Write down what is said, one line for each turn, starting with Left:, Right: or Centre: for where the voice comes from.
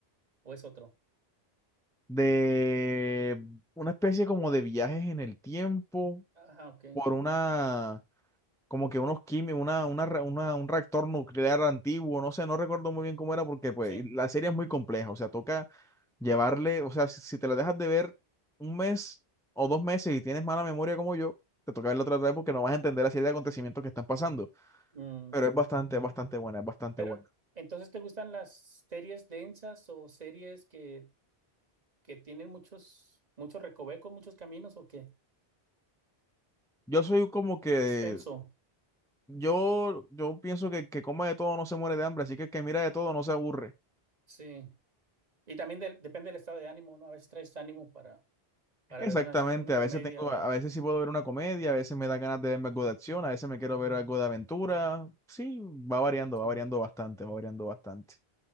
Right: o es otro.
Centre: De una especie como de viajes en el tiempo
Right: Ajá, ok,
Centre: por una, como que unos químicos, una, una, re- una- un reactor nuclear antiguo, no sé, no recuerdo muy bien cómo era porque pues
Right: sí.
Centre: y la serie es muy compleja, o sea, toca Llevarle, o sea, si, si te la dejas de ver un mes o dos meses y tienes mala memoria como yo, te toca verla otra vez porque no vas a entender la serie de acontecimientos que están pasando.
Right: Mm,
Centre: Pero es bastante, es bastante buena, es bastante
Right: Pero,
Centre: buena.
Right: ¿entonces te gustan las series densas o series que, que tienen muchos, muchos recovecos, muchos caminos o qué?
Centre: Yo soy como que,
Right: Suspenso,
Centre: yo, yo pienso que que coma de todo no se muere de hambre, así que el que mira de todo no se aburre.
Right: sí. Y también del- depende del estado de ánimo, ¿no? A veces traes ánimo para, para
Centre: Exactamente,
Right: ver una, una
Centre: a
Right: comedia
Centre: veces tengo,
Right: o...
Centre: a veces sí puedo ver una comedia, a veces me da ganas de verme algo de acción, a veces me quiero ver algo de aventura. Sí, va variando,
Right: Sí.
Centre: va variando bastante, va variando bastante.